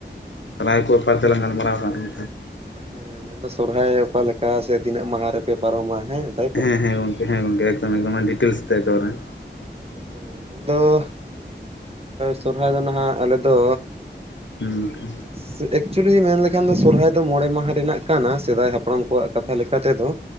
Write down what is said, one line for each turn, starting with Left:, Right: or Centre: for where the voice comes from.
Left: ᱥᱚᱦᱨᱟᱭ ᱠᱚ ᱵᱮᱯᱟᱨ ᱛᱮᱞᱟᱝ ᱜᱟᱞᱢᱟᱨᱟᱣ ᱛᱟᱦᱞᱮ
Right: ᱦᱮᱸᱻ ᱥᱚᱨᱦᱟᱭ ᱚᱠᱟᱞᱮᱠᱟ ᱥᱮ ᱛᱤᱱᱟᱹᱜ ᱢᱟᱦᱟ ᱨᱮᱯᱮ ᱯᱟᱨᱚᱢᱟ ᱦᱮᱸ ᱛᱟᱭᱛᱚ?
Left: ᱦᱮᱸ ᱦᱮᱸ ᱜᱚᱝᱠᱮ ᱦᱮᱸ ᱜᱚᱝᱠᱮ ᱮᱠᱫᱚᱢ ᱮᱠᱫᱚᱢ ᱟᱹᱰᱤ <unintelligible>
Right: ᱦᱮᱸ ᱢᱮᱱ ᱫᱚ ᱥᱚᱨᱦᱟᱭ ᱫᱚ ᱱᱷᱟᱜ ᱟᱞᱮ ᱫᱚ
Left: ᱦᱮᱸ ᱜᱚᱝᱠᱮ
Right: ᱥᱮ ᱮᱠᱪᱩᱭᱞᱤ ᱢᱮᱱ ᱞᱮᱠᱷᱟᱱ ᱫᱚ ᱥᱚᱦᱨᱟᱭ ᱫᱚ ᱢᱚᱬᱮ ᱢᱟᱦᱟ ᱨᱮᱱᱟᱜ ᱠᱟᱱᱟ ᱥᱮᱫᱟᱭ ᱦᱟᱯᱲᱟᱢ ᱠᱚᱣᱟᱜ ᱠᱟᱛᱷᱟ ᱞᱮᱠᱟ ᱛᱮᱫᱚ